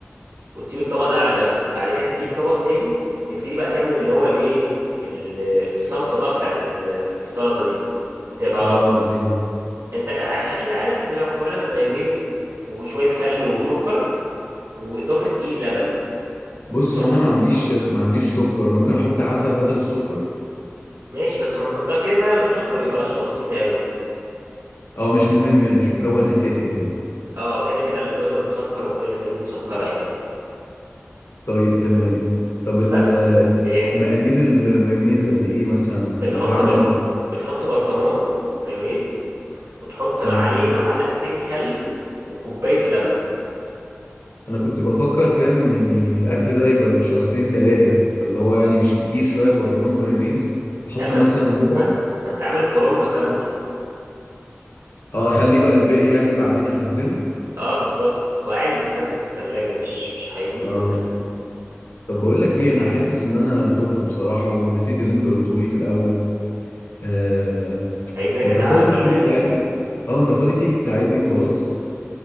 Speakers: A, on the right; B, on the left.
A: وتسيب الطبق ده على جنب بعد كده تجيب طبق تاني تبتدي بقى تعمل اللي هو الايه ال- الصلصه بقى بتاعت ال- السلطه دي بتبقى
B: أه أيوه
A: انت ع- اكيد عارف بتبقى مكونه من مايونيز وشويه خل وسكر واضافه ايه لبن
B: بص
A: عشان
B: هو أنا ما عنديش ما عنديش سكر ممكن أحط عسل بدل السكر
A: ماشي بس ما تقطع كده كده السكر بيبقى رشه بسيطه قوي
B: أه مش مهم يعني مش مكون أساسي هو
A: اه كده كده الجزر مسكر وكل الحاجات دي مسكره يعني
B: طيب تمام طب ال-
A: بس ايه
B: مقادير المايونيز قد إيه مثلا
A: بتحط
B: لو هعمل
A: بر... بتحط برطمان مايونيز وتحط عليه
B: أه
A: معلقتين خل وكوبايه لبن
B: انا كنت بفكر فاهم يعني الاكل ده يبقى لشخصين ثلاثه فاللي هو يعني مش كتير شويه برطمان بيونيز احط
A: لا ما
B: مثلا
A: انت
B: ربعه
A: ما انت ما انت عامل كرومبة كاملة
B: اه اخلي بقى الباقي يعني بعدين اخزنه
A: اه بالظبط هو عادي بيتخزن في التلاجة مش مش هيبوظ
B: اه
A: منك
B: طب بقول لك ايه انا حاسس ان انا تهت بصراحه ونسيت اللي انت قلته لي في الاول آه
A: عايزني اجي
B: انت
A: اساعدك
B: فاضي
A: ولا
B: تيجي
A: ايه
B: تساعدني اه انت فاضي تيجي تساعدني وخلاص